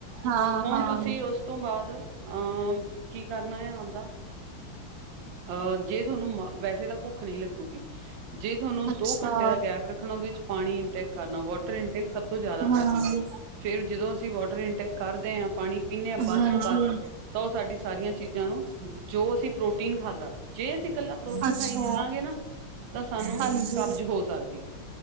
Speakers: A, on the right; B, on the right.
A: ਹਾਂ
B: ਹੁਣ
A: ਹਾਂ
B: ਤੁਸੀਂ ਉਸ ਤੋਂ ਬਾਅਦ ਅਹ ਕੀ ਕਰਨਾ ਆ ਆਦਾ ਅਹ ਜੇ ਥੋਨੂੰ ਵੈਸੇ ਤਾਂ ਭੁੱਖ ਨੀ ਲੱਗੂਗੀ ਜੇ ਥੋਨੂੰ
A: ਅੱਛਾ
B: ਦੋ ਘੰਟੇ ਦਾ ਗੈਪ ਰੱਖਣਾ ਓਦੇ ਵਿੱਚ ਪਾਣੀ ਇਨਟੇਕ ਕਰਨਾ ਵਾਟਰ ਇਨਟੇਕ ਸਭ ਤੋਂ ਜਾਦਾ ਕਰਨਾ
A: ਹਾਂ
B: ਫੇਰ ਜਦੋਂ ਅਸੀਂ ਵਾਟਰ ਇਨਟੇਕ ਕਰਦੇ ਆ ਪਾਣੀ। ਪੀਂਨੇ ਆ
A: ਹਾਂਜੀ,
B: ਵੱਧ ਤੋਂ ਵੱਧ ਤਾਂ ਓ ਸਾਡੀ ਸਾਰੀਆਂ ਚੀਜ਼ਾਂ ਨੂੰ ਜੋ ਅਸੀਂ ਪ੍ਰੋ ਟੀਨ ਖਾਧਾ ਜੇ ਅਸੀਂ ਇਕੱਲਾ ਪ੍ਰੋਟੀਨ
A: ਅੱਛਾ,
B: ਖਾਈ ਚੱਲਾਂਗੇ ਨਾ ਤਾਂ ਸਾਨੂੰ
A: ਹਾਂਜੀ,
B: ਕਬਜ਼ ਹੋ ਸਕਦੀ ਆ